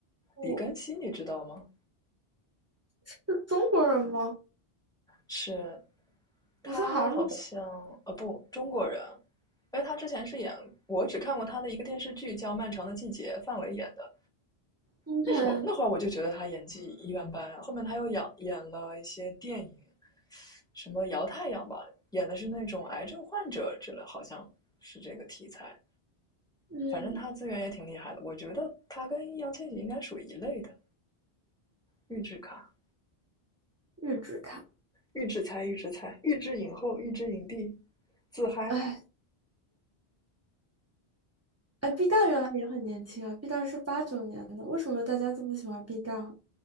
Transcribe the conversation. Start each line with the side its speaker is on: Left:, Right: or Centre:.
Right: 哦，
Centre: 李庚希，你知道吗？
Right: 是中国人吗？
Centre: 是他好像呃不中国人，
Right: 不是韩国
Centre: 因为他之前是演我只看过他的一个电视剧叫《漫长的季节》，范伟演的。
Right: 人，OK，
Centre: 那会儿那会儿我就觉得他演技一般般，后面他又演演了一些电影，什么《摇太阳》吧，演的是那种癌症患者之类，好像是这个题材。
Right: 嗯，
Centre: 反正他资源也挺厉害的，我觉得他跟易烊千玺应该属于一类的，预制卡、
Right: 日职看，
Centre: 预制才、预制菜、预制影后、预制影帝，自嗨。
Right: 哎，哎，B 站原来也很年轻啊，B 站是八九年的，为什么大家这么喜欢 B 站啊？